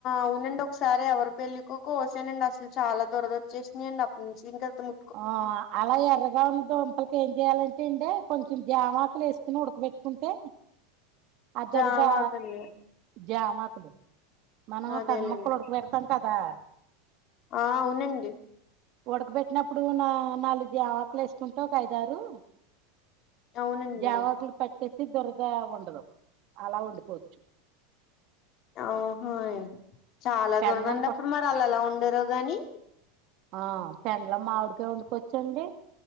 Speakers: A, on the left; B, on the right.
A: అవునండి ఒకసారి ఎవరి పెళ్ళలికో కోసానండి అసలు చాలా దురద వచ్చేసినయియండి అప్పటి నుంచి ఇంకా అది ము
B: ఆ అలా ఎర్రగ్ గా ఉన్న దుంపలకి ఏం చేయాలంటే అండే కొంచెం జామా ఆకులు ఎసుకుని ఉడకబెట్టుకుంటే అ దురదా
A: జామాకండి
B: జామాకులు మనం
A: అదేలేండి
B: కంద ముక్కలు ఉడుక్ పెడతాం కదా
A: ఆ అవునండి
B: ఉడకబెట్టినప్పుడు నా నాలుగు జమాకులు ఎసుకుంటే ఒక ఐదారు
A: అవునండి
B: జామాకులకు
A: అవును
B: పట్టేసి దురద ఉండదు అలా వండుకోచ్చు
A: ఆహా చాలా
B: పెండ్లం
A: దూరదండి
B: కొ
A: అప్పుడు మరి అలా ఎలా వొండారో గాని
B: ఆ పెండ్లం మామిడికాయ్ వండుకొచ్చండి